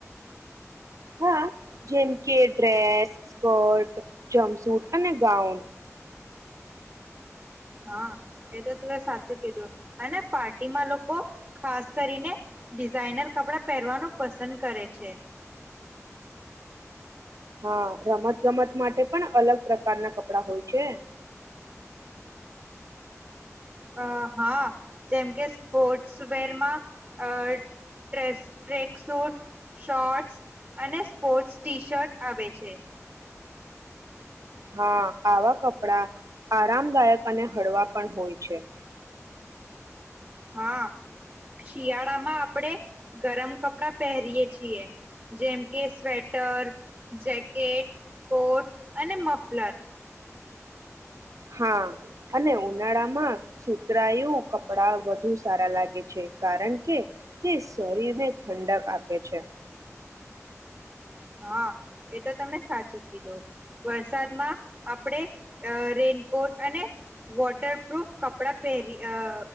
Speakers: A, on the right; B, on the right.
A: હા જેમ કે ડ્રેસ સ્કર્ટ જમસૂટ અને ગાઉન.
B: હા એ તો તું એ સાચું કીધું અને પાર્ટીમાં લોકો ખાસ કરીને ડિઝાઈનર કપડા પહેરવાનું પસંદ કરે છે.
A: હા રમત ગમત માટે પણ અલગ પ્રકારના કપડા હોય છે.
B: અ હા જેમ કે સ્પોર્ટ્સ વેરમાં આ ડેસ્ટ્રિંગ સૂટ શોર્ટ્સ અને સ્પોર્ટ્સ ટી શર્ટ આવે છે.
A: હા આવા કપડા આરામદાયક અને હળવા પણ હોય છે.
B: હા. શિયાળામાં આપણેે ગરમ કપડા પહેરીયીએ છીએ જેમ કે સ્વેટર જેકેટ કોટ અને મફલર.
A: હા અને ઉનાળામાં સુતરાયું કપડા વધુ સારા લાગે છે કારણ કે તે શરીરને ઠંડક આપે છે.
B: હા એ તો તમે સાચું કીધો વર્ષ વરસાદમાં આપડે અ રેનકોટ અને વોટરપ્રૂફ કપડા પહેરી આ